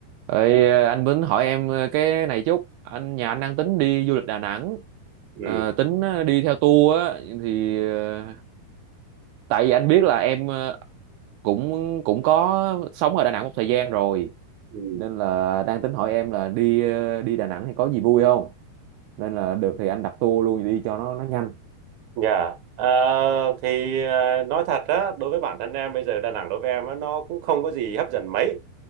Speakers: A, on the right (about 80°); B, on the right (about 55°).
A: Ê, anh Bính hỏi em ờ, cái này chút anh nhà anh đang tính đi du lịch Đà Nẵng
B: ừ
A: Ờ, tính ờ, đi theo tour á thì ờ, tại vì anh biết là em ờ, cũng cũng có sống ở Đà Nẵng một thời gian rồi
B: ừ
A: nên là đang tính hỏi em là đi ờ, đi Đà Nẵng thì có gì vui không nên là được thì anh đặt tour luôn đi cho nó nó nhanh
B: dạ Ờ, thì ờ, nói thật á đối với bản thân em bây giờ Đà Nẵng đối với em á nó cũng không có gì hấp dẫn mấy